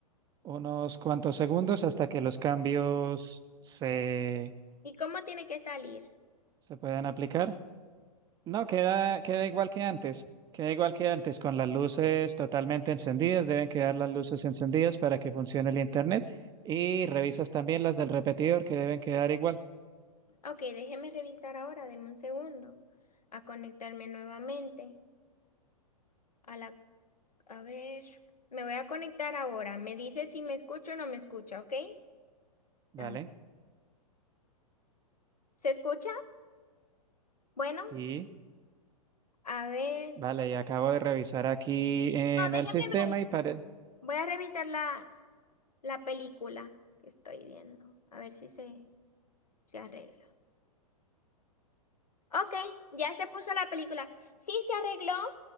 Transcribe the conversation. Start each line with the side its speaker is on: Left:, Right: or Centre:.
Right: unos cuantos segundos hasta que los cambios se,
Left: ¿y cómo tiene que salir?
Right: se puedan aplicar. No, queda, queda igual que antes. Queda igual que antes, con las luces totalmente encendidas. Deben quedar las luces encendidas para que funcione el internet. Y revisas también las del repetidor, que deben quedar igual.
Left: Ok, déjeme revisar ahora, deme un segundo, a conectarme nuevamente a la A ver, me voy a conectar ahora. Me dice si me escucho o no me escucha, ¿ok?
Right: Vale,
Left: A ver. ¿Se escucha? Bueno,
Right: y
Left: a ver.
Right: vale, y acabo de revisar aquí en
Left: No, déjeme
Right: el sistema
Left: ver.
Right: y parece.
Left: Voy a revisar la, la película que estoy viendo. A ver si se, se arregla. Ok, ya se puso la película. Sí, se arregló.